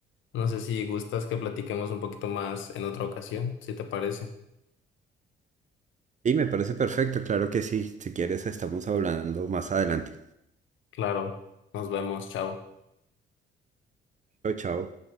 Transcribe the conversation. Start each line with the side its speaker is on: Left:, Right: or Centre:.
Left: No sé si gustas que platiquemos un poquito más en otra ocasión, si te parece.
Right: Sí, me parece perfecto, claro que sí. Si quieres, estamos hablando más adelante.
Left: Claro, nos vemos, chao.
Right: Chao, chao.